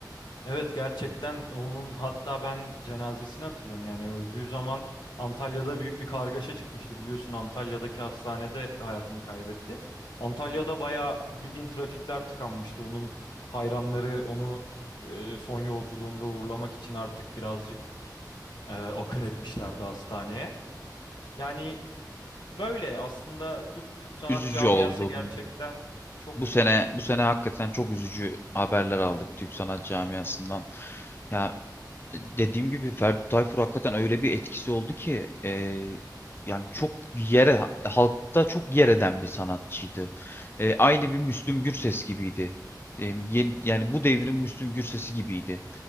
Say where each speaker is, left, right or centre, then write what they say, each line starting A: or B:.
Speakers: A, on the left; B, on the left.
A: Evet gerçekten onun hatta ben cenazesini hatırlıyorum yani öldüğü zaman Antalya'da büyük bir kargaşa çıkmıştı biliyorsun Antalya'daki hastanede hayatını kaybetti. Antalya'da bayağı bildiğin trafikler tıkanmıştı onun hayranları onu e, son yolculuğunda uğurlamak için artık birazcık e, akın etmişlerdi hastaneye. Yani böyle aslında Türk Türk sanat
B: Üzücü
A: camiası
B: oldu.
A: gerçekten çok
B: Bu sene bu sene hakikaten çok üzücü haberler aldık Türk sanat camiasından. Ya e, dediğim gibi Ferdi Tayfur hakikaten öyle bir etkisi oldu ki e, yani çok yere halkta çok yer eden bir sanatçıydı. E, aynı bir Müslüm Gürses gibiydi. E, yeni- yani bu devrin Müslüm Gürses'i gibiydi.